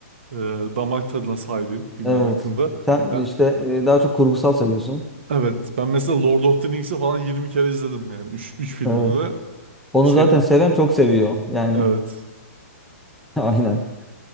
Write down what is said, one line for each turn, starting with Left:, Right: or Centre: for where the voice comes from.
Right: e, damak tadına sahibim filmler
Centre: Evet.
Right: hakkında.
Centre: Sen
Right: Ben
Centre: işte e, daha çok kurgusal seviyorsun.
Right: evet ben mesela Lord of the Rings'i falan 20 kere izledim yani üç 3 filmini
Centre: Evet.
Right: de.
Centre: Onu
Right: Senin
Centre: zaten seven çok seviyor yani.
Right: evet.
Centre: <laughs> Aynen.